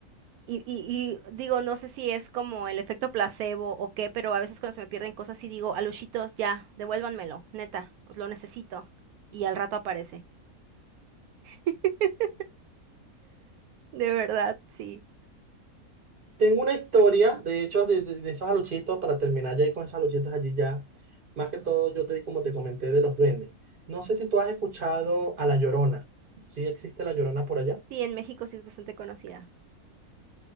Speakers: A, on the right; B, on the right.
A: y, y, y digo, no sé si es como el efecto placebo o qué, pero a veces cuando se me pierden cosas y digo, aluchitos, ya, devuélvanmelo, neta, lo necesito. Y al rato aparece. <laughs> De verdad, sí.
B: Tengo una historia, de hecho, de, de- de esos aluchitos, para terminar ya ahí con esos aluchitos allí ya, más que todo yo te, como te comenté, de los duendes. No sé si tú has escuchado a La Llorona, ¿sí existe La Llorona por allá?
A: Sí, en México sí es bastante conocida.